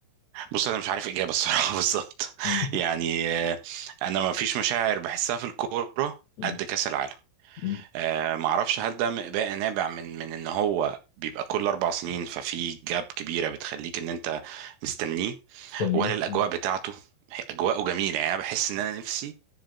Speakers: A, on the right; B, on the left.
A: بص انا مش عارف اجابه الصراحه <laughs> بالظبط
B: مم.
A: يعني آه، انا ما فيش مشاعر بحسها في الكوره
B: مم.
A: قد كاس العالم
B: مم.
A: آه ما اعرفش هل ده م- بقى نابع من من ان هو بيبقى كل اربع سنين ففي جاب كبيره بتخليك ان انت مستنيه
B: مستنيه
A: ولا الاجواء
B: مم.
A: بتاعته هي- اجواءه جميله يعني انا بحس ان انا نفسي